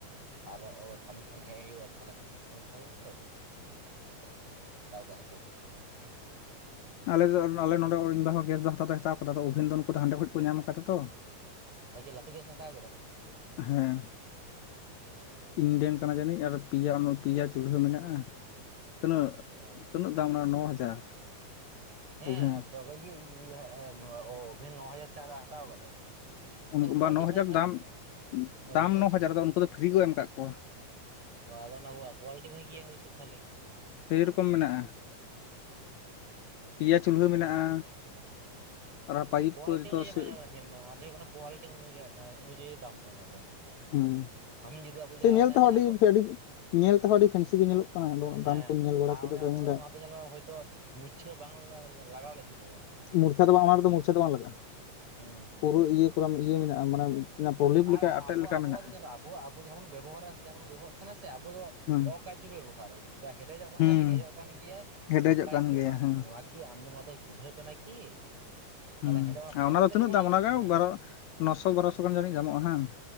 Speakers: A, on the right; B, on the left.
A: ᱟᱨ ᱚ ᱠᱟᱹᱢᱤ ᱠᱷᱚᱱ ᱦᱮᱡ ᱦᱩᱭᱩᱜᱼᱟ ᱛᱟᱦᱚᱞᱮ᱾ ᱥᱚᱢᱳᱥᱥᱟ ᱦᱩᱭᱩᱜᱼᱟ ᱛᱚ ᱛᱟᱦᱚᱞᱮ ᱦᱟᱛᱟᱣ ᱠᱟᱜ ᱦᱩᱭᱩᱜᱼᱟ᱾
B: ᱟᱞᱮ ᱫᱚ ᱟᱞᱮ ᱱᱚᱰᱮ ᱦᱚᱸ ᱤᱧ ᱵᱟ ᱦᱚᱸ ᱜᱮᱥ ᱫᱚ ᱦᱟᱛᱟᱣ ᱫᱚᱭ ᱦᱟᱛᱟᱣ ᱠᱟᱫᱟ ᱟᱫᱚ ᱳᱵᱷᱮᱱ ᱫᱚ ᱱᱩᱠᱩ ᱫᱚ ᱦᱟᱸᱰᱮ ᱠᱷᱚᱸᱡ ᱠᱚ ᱧᱟᱢ ᱠᱟᱫᱟ ᱛᱚ᱾
A: ᱦᱚᱭ ᱪᱮ ᱞᱟᱴᱩ ᱜᱮᱥ ᱮ ᱦᱟᱛᱟᱣ ᱠᱟᱫᱟ
B: ᱦᱮᱸ ᱤᱧ ᱴᱷᱮᱱ ᱠᱟᱱᱟ ᱡᱟᱹᱱᱤᱡ ᱟᱨ ᱯᱮᱭᱟ ᱚᱱᱚᱞ ᱯᱮᱭᱟ ᱪᱩᱞᱦᱟᱹ ᱢᱮᱱᱟᱜᱼᱟ ᱛᱤᱱᱟᱹᱜ
A: ᱚ
B: ᱛᱤᱱᱟᱹᱜ ᱫᱟᱢ ᱚᱱᱟ ᱱᱚ ᱦᱟᱡᱟᱨ
A: ᱦᱮᱸ
B: ᱳᱵᱷᱮᱱ
A: ᱵᱟᱵᱟ ᱤᱭᱟᱹ ᱤᱭᱟ. ᱳᱵᱷᱮᱱ ᱱᱚ ᱦᱟᱡᱟᱨ ᱛᱮ ᱦᱟᱛᱟᱣ ᱠᱟᱫᱟᱭ
B: ᱩᱱᱠᱩ
A: ᱛᱟᱦᱚᱞᱮ ᱠᱳᱣᱟᱞᱤᱴᱤ
B: ᱵᱟ ᱱᱚ ᱦᱟᱡᱟᱨ
A: ᱵᱷᱟᱭ
B: ᱫᱟᱢ
A: ᱵᱷᱟᱭ
B: ᱫᱟᱢ ᱱᱚ ᱦᱟᱡᱟᱨ ᱫᱚ ᱩᱱᱠᱩ ᱫᱚ ᱯᱷᱨᱤ ᱠᱚ ᱮᱢ ᱟᱠᱟᱫ ᱠᱚᱣᱟ
A: ᱚ ᱟᱫᱚ ᱚᱱᱟ ᱚ ᱠᱚᱣᱟᱞᱤᱴᱤ ᱵᱷᱟᱜᱤᱭᱟ ᱦᱳᱭᱛᱳ ᱛᱟᱦᱚᱞᱮ
B: ᱥᱮ ᱨᱚᱠᱚᱢ ᱢᱮᱱᱟᱜᱼᱟ ᱯᱤᱭᱟ ᱪᱩᱞᱦᱟᱹ
A: ᱚᱱᱟ
B: ᱢᱮᱱᱟᱜᱼᱟ ᱟᱨ ᱯᱟᱭᱤᱯ
A: ᱠᱚᱣᱟᱞᱤᱴᱤ
B: ᱠᱚ ᱡᱚᱛᱚ
A: ᱚᱱᱩᱡᱟᱭᱤ
B: ᱥᱮ
A: ᱵᱟᱭ ᱧᱟᱡ ᱞᱮ ᱧᱮᱞ ᱢᱮ ᱚᱱᱟ ᱫᱚ ᱦᱩᱭᱩᱜ ᱠᱟᱱᱟ ᱠᱚᱣᱟᱞᱤᱴᱤ ᱚᱱᱩᱡᱟᱭᱤ ᱫᱟᱢ ᱫᱚ ᱱᱚᱣᱟ ᱫᱚ
B: ᱦᱩᱸ
A: ᱟᱵᱤᱱ ᱡᱩᱫᱤ ᱟᱵᱚ
B: ᱥᱮ
A: ᱡᱟᱦᱟᱸ
B: ᱧᱮᱞ
A: ᱚᱱᱮ
B: ᱛᱮᱦᱚᱸ
A: ᱡᱟᱦᱟᱸ
B: ᱟᱹᱰᱤ
A: ᱠᱚ
B: ᱟᱹᱰᱤ ᱧᱮᱞ ᱛᱮᱦᱚᱸ ᱟᱹᱰᱤ ᱯᱷᱮᱱᱥᱤ ᱜᱮ ᱧᱮᱞᱚᱜ ᱠᱟᱱᱟ ᱟᱫᱚ
A: ᱦᱮᱸ
B: ᱫᱟᱢ ᱠᱚᱧ ᱧᱮᱞ ᱵᱟᱲᱟ
A: ᱟᱨ
B: ᱠᱮᱫᱟ
A: ᱚᱱᱮ ᱚᱱᱟ ᱫᱚ ᱧᱮᱞ ᱢᱮ ᱦᱳᱭᱛᱳ ᱢᱩᱪᱷᱟᱹ ᱵᱟᱝ ᱞᱟᱣ ᱞᱟᱜᱟ. ᱣ ᱞᱟᱹᱜᱤᱫᱚᱜᱼᱟ
B: ᱢᱩᱨᱪᱟ ᱫᱚ ᱵᱟᱝ ᱚᱱᱟ ᱨᱮᱫᱚ ᱢᱩᱨᱪᱟ ᱫᱚ ᱵᱟᱝ ᱞᱟᱜᱟ ᱟ,
A: ᱦᱩᱸ ᱦᱩᱸ
B: ᱯᱩᱨᱟᱹ ᱤᱭᱟᱹ ᱠᱚᱨᱟ ᱤᱭᱟᱹ ᱢᱮᱱᱟᱜᱼᱟ ᱢᱟᱱᱮ ᱯᱨᱚᱞᱤᱯ ᱞᱮᱠᱟ
A: ᱟᱨ
B: ᱟᱴᱮᱫ
A: ᱟᱵᱚ
B: ᱞᱮᱠᱟ
A: ᱟᱵᱚ
B: ᱢᱮᱱᱟᱜᱼᱟ
A: ᱭᱟᱜ ᱧᱮᱞᱚᱜ ᱟᱵ ᱡᱟᱦᱟᱸ ᱵᱚᱱ ᱵᱮᱵᱚᱦᱟᱨᱟ ᱥᱮ ᱡᱟᱦᱟᱸ ᱵᱚᱱ ᱵᱮᱵᱚᱦᱟᱨ ᱛᱟᱦᱮᱱ ᱱᱟᱥᱮ ᱟᱵᱚ ᱫᱚ
B: ᱦᱩᱸ
A: ᱚ ᱜᱟᱡᱽᱡᱷᱚ ᱵᱮᱵᱚᱦᱟᱨ ᱦᱮᱰᱮᱡᱚᱜ ᱠᱟᱱ
B: ᱦᱩᱸ
A: ᱠᱷᱟᱱ ᱦᱮᱰᱮᱡᱚᱜ ᱠᱟᱱ ᱜᱮᱭᱟᱭ
B: ᱦᱮᱰᱮᱡᱚᱜ
A: ᱚᱱᱠᱟ
B: ᱠᱟᱱ ᱜᱮᱭᱟ
A: ᱚᱱᱟ
B: ᱦᱮᱸ
A: ᱱᱚᱣᱟ ᱠᱤ ᱟᱢ ᱫᱚ ᱱᱚᱣᱟ ᱫᱚ ᱪᱩᱞᱦᱟᱹ ᱠᱟᱱᱟ ᱠᱤ
B: ᱦᱩᱸ
A: ᱛᱟᱦᱚᱞᱮ ᱦᱮᱰᱮᱡ ᱯᱷᱚᱨᱚᱛᱮ
B: ᱟᱨ ᱚᱱᱟ ᱫᱚ ᱛᱤᱱᱟᱹᱜ
A: ᱡᱮᱢᱚᱱ
B: ᱫᱟᱢ ᱚᱱᱟ ᱜᱮ
A: ᱦᱮᱸ
B: ᱵᱟᱨᱚ ᱱᱚᱥᱚ ᱵᱟᱨᱚᱥᱚ ᱜᱟᱱ ᱡᱟᱹᱱᱤᱡ ᱫᱟᱢᱚᱜᱼᱟ ᱦᱮᱸ